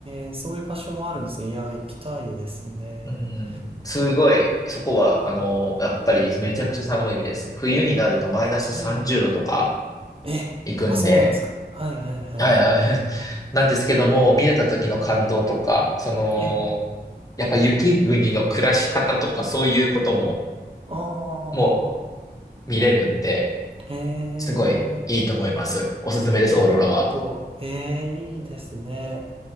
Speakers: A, on the right (about 30°); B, on the left (about 20°).
A: ええ、そういう場所もあるんですね。いや、行きたいですね。
B: うん。すごい、そこは、
A: はい。
B: あの、やっぱりめちゃくちゃ寒いです。冬になるとマイナス30度とか
A: ええ。えあ、
B: 行くんで、
A: そうなんですか。はい、はい、はい。
B: はいはい。<laughs> なんですけども、見れた時の感動とか、その、
A: ええ。
B: やっぱ雪国の暮らし方とかそういうことも
A: ああ、
B: もう見れるんで、
A: ええ。
B: すごいいいと思います。おすすめです、
A: なるほど。
B: オーロラは。
A: ええ、いいですね。